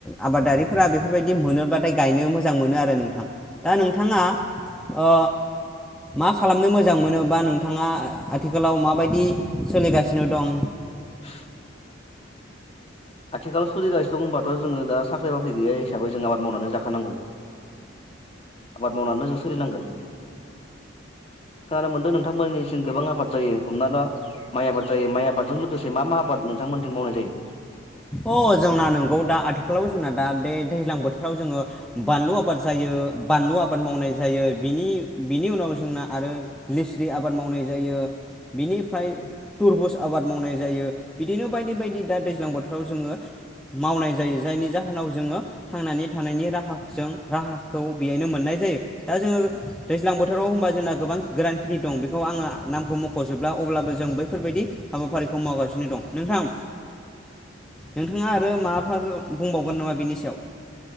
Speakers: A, in the centre; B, on the left.
A: आबादारिफोरा बेफोरबायदि मोनोब्लाथाय गायनो मोजां मोनो आरो नोंथां दा नोंथाङा ओ मा खालामनो मोजां मोनो बा नोंथाङा आथिखालाव माबायदि सोलिगासिनो दं
B: <inaudible> आथिखालाव सोलिगासिनो दं होनबाथ' जोङो दा साख्रि बाख्रि गैया हिसाबै जों आबाद मावनानै जाखानांगौ आबाद मावनानै जों सोलिनांगोन खोनानो मोनदों नोंथांमोननिसिम गोबां आबाद जायो हमना ला माइ आबाद जायो माइ आबादजों लोगोसे मा मा आबाद नोंथांमोननिथिं मावनाय जायो
A: अ जोंना नोंगौ दा आथिखालाव जोंना दा बे दैज्लां बोथोराव जोङो बानलु आबाद जायो बानलु आबाद मावनाय जायो बिनि बिनि उनाव जोंना आरो लिस्रि आबाद मावनाय जायो बिनिफ्राय तुरबुस आबाद मावनाय जायो बिदिनो बायदि बायदि दा दैज्लां बोथोर फ्राव जोङो मावनाय जायो जायनि जा जोङो थांनानै थानायनि राहाखौजों राहाखौ बेयायनो मोन मोननाय जायो दा जोङो दैज्लां बोथोराव होनबा जोंना गोबां गोरान खिथि दं बेखौ आङो नामखौ मख'जोब ब्ला अब्लाबो जों बैफोरबायदि हाबाफारिखौ मावगासिनो दं नोंथां नोंथाङा आरो माफोर बुंबावगोन नामा बिनि सायाव